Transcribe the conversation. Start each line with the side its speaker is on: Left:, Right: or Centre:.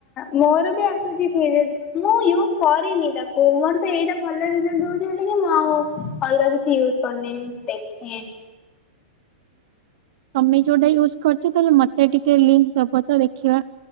Left: ମୋର ବି ଆସୁଛି ଫିଡ, ମୁଁ ୟୁଜ କରିନି ତାକୁ ମୋର ତ ଏଇଟା ଭଲ ରେଜଲ୍ଟ ଦଉଚି ବୋଲିକି ମୁଁ ଆଉ ଅଲଗା କିଛି ୟୁଜ କରନି ଦେଖେଁ
Right: <inaudible> ତମେ ଯୋଉଟା ୟୁଜ କରିଛ ତାହଲେ ମତେ ଟିକେ ଲିଙ୍କ୍ ଦବ ତ ଦେଖିବା।